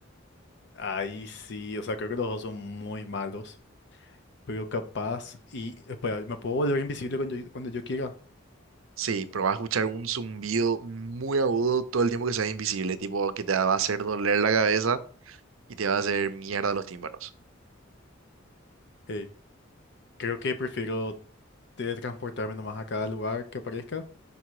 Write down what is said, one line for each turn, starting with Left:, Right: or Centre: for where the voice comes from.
Left: ahí sí, o sea, creo que los dos son muy malos, pero capaz. Y espera, ¿me puedo volver invisible cuando yo, cuando yo quiera?
Right: Sí, pero vas a escuchar un zumbido muy agudo todo el tiempo que seas invisible, tipo que te va a hacer doler la cabeza y te va a hacer mierda los tímpanos.
Left: Eh, creo que prefiero teletransportarme nomás a cada lugar que aparezca,